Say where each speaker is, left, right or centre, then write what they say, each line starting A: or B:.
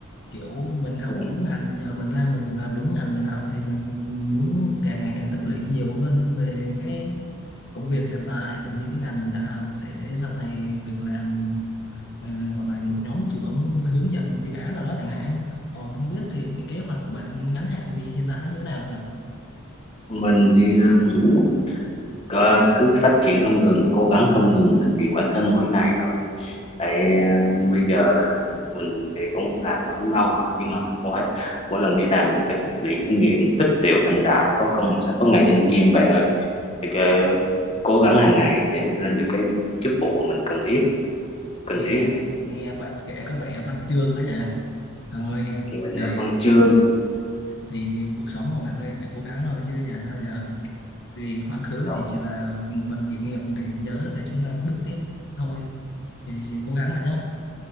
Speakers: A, on the left; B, on the left.
A: kiểu mình học
B: Ừ.
A: đúng ngành giờ mình ra mình cũng làm đúng ngành mình học thì mình muốn càng ngày càng tích lũy nhiều hơn về cái công việc hiện tại cũng như cái ngành mình đã học để sau này được làm à, gọi là một nhóm trưởng hướng dẫn một dự án nào đó chẳng hạn còn không biết thì cái kế hoạch của bạn ngắn hạn thì hiện tại nó như thế nào nhỉ
B: mình thì ừ, có- cứ phát triển không ngừng cố gắng không ngừng hoàn thiện bản thân mỗi ngày thôi tại uh, bây giờ mình thì cũng làm là cũng lâu rồi nhưng mà mình cũng phải mỗi lần đi làm mình phải tích lũy kinh nghiệm tích tiểu thành đại có công mà sẽ có ngày nên kim bạn ơi thì cái- cố gắng hàng ngày để mình lên được cái chức vụ mà mình cần thiết cần
A: nghe
B: thiết
A: nghe bạn kể có vẻ văn chương quá nhỉ thôi
B: thì mình
A: thì
B: lên văn chương
A: thì cuộc sống mà bạn ơi phải cố gắng thôi chứ giờ sao giờ thì quá khứ
B: Rồi,
A: thì chỉ là một phần kỷ niệm để nhớ để chúng ta bước tiếp thôi thì cố gắng bạn nhé